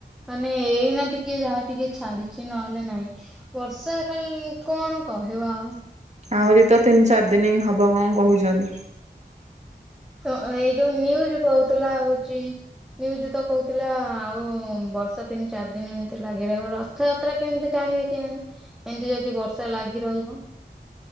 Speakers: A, in the centre; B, on the right (about 40°).
A: ମାନେ ଏଇନା ଟିକେ ଯାହା ଟିକେ ଛାଡିଛି ନହେଲେ ନାଇଁ ବର୍ଷା ଖାଲ୍ କଣ କହିବ ଆଉ।
B: ଆଉରି ତ ତିନି ଚାରି ଦିନି ହବ କଣ କହୁଛନ୍ତି?
A: ତ ଏଇ ଯୋଉ ନ୍ୟୁଜ କହୁଥିଲା ହଉଛି ନ୍ୟୁଜ ତ କହୁଥିଲା ଆଉ ବର୍ଷା ତିନି ଚାରି ଦିନି ଏମିତି ଲାଗି ରହିବ ର ଥଯାତ୍ରା କେମିତି ଟାଣିବେ କେଜାଣି, ଏମିତି ଯଦି ବର୍ଷା ଲାଗି ରହିବ।